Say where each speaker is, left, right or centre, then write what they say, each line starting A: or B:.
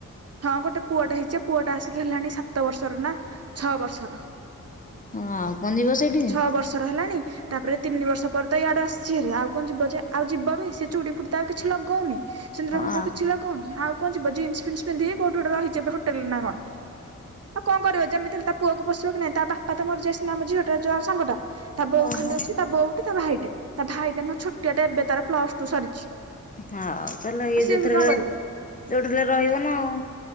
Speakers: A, on the right; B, on the left.
A: ହଁ, ଗୋଟେ ପୁଅଟେ ହେଇଛି, ପୁଅଟା ଆସିକି ହେଲାଣି ସାତ ବର୍ଷର ନା ଛଅ ବର୍ଷର।
B: ହଁ ଆଉ କଣ ଯିବ ସେଇଠି ହଁ
A: ଛଅ ବର୍ଷର ହେଲାଣି। ତାପରେ ତିନି ବର୍ଷ ପରେ ତ ଇଆଡେ ଆସିଛିଭାରି ଆଉ କଣ ଯିବ ଯେ ଆଉ ଯିବ ବି ସେ ଚୁଡି ଫୁଡି ତ ଆଉ କିଛି ଲଗଉନି। ସିନ୍ଦୂର ଫିନ୍ଦୁର
B: ଆଉ
A: କିଛି ଲଗୋଉନି ଆଉ କଣ ଯିବ? ଜିନ୍ ଫିନ୍ ପିନ୍ଧିକି କୋଉଠି ଗୋଟେ ରହିଛି ହୋଟେଲରେ ନା କଣ। ଆଉ କଣ କରିବ ଯେମିତି ତା ପୁଅକୁ ପୋଶିବ କି ନାଇଁ ତା ବାପା ତ ମରି ଯାଇଛନ୍ତି ଆମ ଝିଅଟା ଯୋଉ ସାଙ୍ଗଟା ତା ବୋଉ
B: ଓହୋ
A: ଖାଲି ଅଛି। ତା ବୋ ତା ଭାଇଟେ ତା ଭାଇଟା ନା ଛୋଟିଆ ଟେ ଏବେ ତାର ପ୍ଲସ ଟୁ ସରିଛି।
B: ହଁଉ ତାହେଲେ ଇଏ
A: ଆଉ ସିଏ
B: ଯୋଉଥିର
A: ବି କଣ କରିବ?
B: ଯୋଉଠି ହେଲେ ରହିବ ନା ଆଉ।